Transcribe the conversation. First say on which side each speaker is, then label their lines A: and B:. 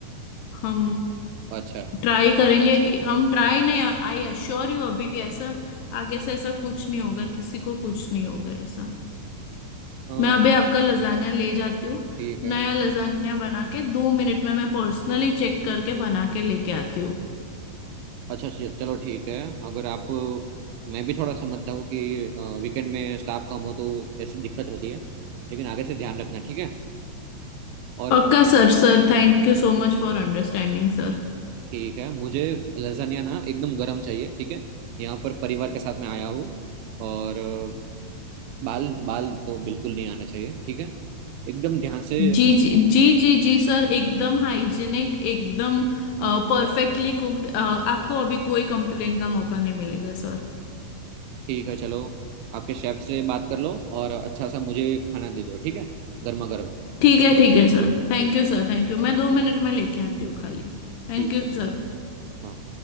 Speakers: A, on the left; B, on the right.
A: हम
B: है। अच्छा
A: ट्राई करेंगे कि हम ट्राई नहीं आई अश्योर यू अभी ऐसा आगे से ऐसा कुछ नहीं होगा किसी को कुछ नहीं होगा ऐसा
B: अ,
A: मैं अभी आपका लजानिया ले जाती हूँ
B: ठीक है
A: नया लजानिया बना के दो मिनट में मैं पर्सनली चेक करके बना के लेके आती हूँ
B: अच्छा चल- चलो ठीक है अगर आप मैं भी थोड़ा समझता हूँ कि वीकेंड में स्टाफ कम हो तो ऐसी दिक्कत होती है लेकिन आगे से ध्यान रखना ठीक है और
A: पक्का sir sir thank you so much for understanding sir
B: ठीक है मुझे लजानिया ना एकदम गरम चाहिए ठीक है यहाँ पर परिवार के साथ में आया हूँ और अ, बाल बाल तो बिल्कुल नहीं आना चाहिए ठीक है एकदम ध्यान से
A: जी जी जी जी जी सर एकदम हाइजीनिक एकदम परफेक्टली कुक्ड आपको अभी कोई कंप्लेन का मौका नहीं मिलेगा सर
B: ठीक है चलो आपके शेफ से बात कर लो और अच्छा सा मुझे खाना दे दो ठीक है गर्मा गर्म
A: ठीक है ठीक है sir thank you sir thank you मैं दो मिनट में लेके आती हूँ खाली Thank
B: ठीक
A: you
B: है
A: sir
B: चलो हाँ